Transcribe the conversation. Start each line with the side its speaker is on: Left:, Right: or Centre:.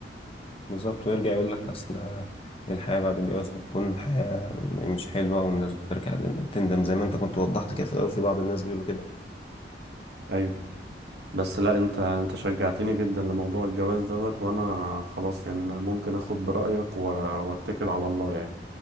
Left: بالظبط ويرجع يقول لك اصل الحياة بعد الجواز بتكون حياة مش حلوة والناس بترجع تندم زي ما انت كنت وضحت كده في الأول في بعض الناس بيقولوا كده
Right: أيوه بس لا أنت أنت شجعتني جدا لموضوع الجواز دوت وأنا خلاص يعني أنا ممكن أخد برأيك و... وأتكل على الله يعني